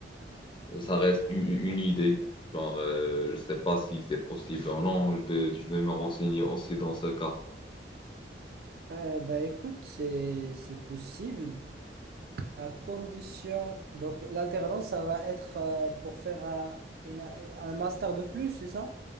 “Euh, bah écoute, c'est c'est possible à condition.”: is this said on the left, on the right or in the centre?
Right